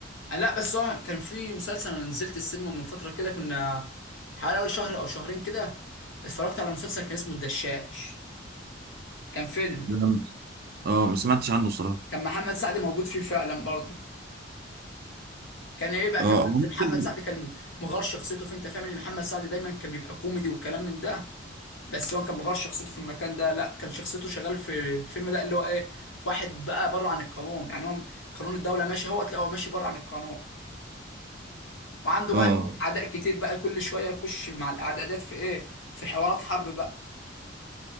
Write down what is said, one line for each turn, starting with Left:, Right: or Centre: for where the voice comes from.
Left: لا بس هو كان في مسلسل انا نزلت السينما من فتره كده كنا حوالي أول شهر او شهرين كده اتفرجت على مسلسل كان اسمه الدشاش كان فيلم
Right: لم- اه ما سمعتش عنه الصراحه
Left: كان محمد سعد موجود فيه فعلا برضه كان ايه بقى
Right: اه
Left: كان بس
Right: هو ممكن
Left: محمد سعد كان مغار شخصيته فيه انت فاهم ان محمد سعد دايما كان بيبقى كوميدي وكلام من ده بس هو كان مغار شخصيته في المكان ده لا كان شخصيته شغال في الفيلم ده اللي هو ايه واحد بقى بره عن القانون يعني هو قانون الدوله ماشي هو تلاقيه هو ماشي بره عن القانون وعنده
Right: اه
Left: بقى ناس اعداء كتير بقى كل شويه يخش مع الاعداء ديت في ايه في حوارات حرب بقى